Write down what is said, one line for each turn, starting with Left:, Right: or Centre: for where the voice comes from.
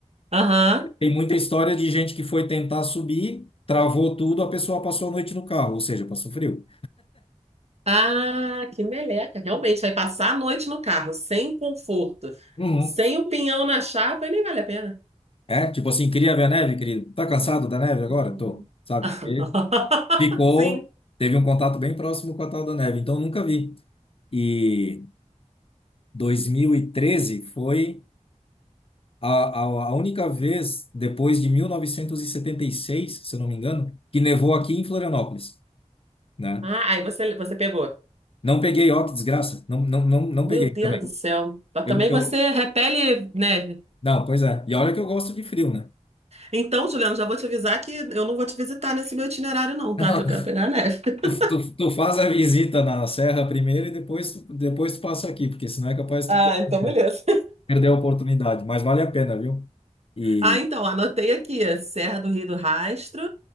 Right: Aham.
Left: Tem muita história de gente que foi tentar subir, travou tudo, a pessoa passou a noite no carro, ou seja, passou frio.
Right: Ah, que meleca. Realmente, vai passar a noite no carro, sem conforto,
Left: Uhum.
Right: sem o pinhão na chapa, e nem vale a pena.
Left: É, tipo assim, queria ver a neve, querido. Tá cansado da neve agora?
Right: Uhum.
Left: Tô, sabe?
Right: <laughs>
Left: Porque ficou,
Right: Sim.
Left: teve um contato bem próximo com a tal da neve, então nunca vi. E 2013 foi a, a, a única vez depois de mil novecentos e e setenta e seis, se eu não me engano, que nevou aqui em Florianópolis, né?
Right: Ah, aí você, você pegou.
Left: Não peguei, ó, que desgraça. Não, não, não, não
Right: Meu
Left: peguei
Right: Deus
Left: também.
Right: do céu. Mas
Left: Eu,
Right: também
Left: eu,
Right: você repele neve.
Left: não, pois é. E olha que eu gosto de frio, né?
Right: Então, Juliano, já vou te avisar que eu não vou te visitar nesse meu itinerário, não,
Left: <laughs>
Right: tá? Que eu quero pegar a neve. <laughs>
Left: Tu, tu, tu faz a visita na serra primeiro e depois tu, depois tu passa aqui, porque senão é capaz
Right: Ah,
Left: de tu per-
Right: então beleza.
Left: perder a oportunidade. Mas vale a pena, viu? E
Right: Ah, então, anotei aqui: Serra do Rio do Rastro,